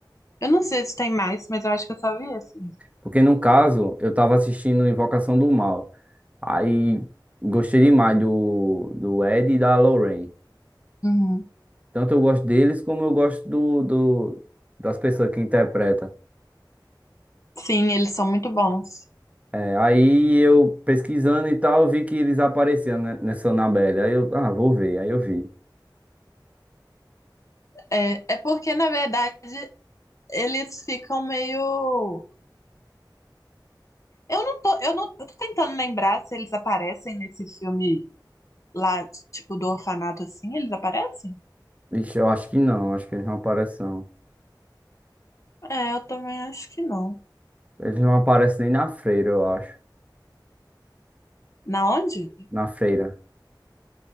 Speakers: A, on the left; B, on the right.
A: Eu não sei se tem mais, mas eu acho que eu só vi esse. mesmo.
B: Porque no caso, eu tava assistindo Invocação do Mal. Aí gostei demais do, do Ed e da Lorraine.
A: Uhum.
B: Tanto eu gosto deles como eu gosto do, do, das pessoas que interpretam.
A: Sim, eles são muito bons.
B: É, aí eu pesquisando e tal, vi que eles apareciam, né, nessa Annabelle. Aí eu, ah, vou ver. Aí eu vi.
A: É, é porque, na verdade, eles ficam meio Eu não tô, eu não, eu tô tentando lembrar se eles aparecem nesse filme lá, tipo, do orfanato assim, eles aparecem?
B: Vixe, eu acho que não, acho que eles não aparecem não.
A: É, eu também acho que não.
B: Eles não aparecem nem na freira, eu acho.
A: Na onde?
B: Na freira.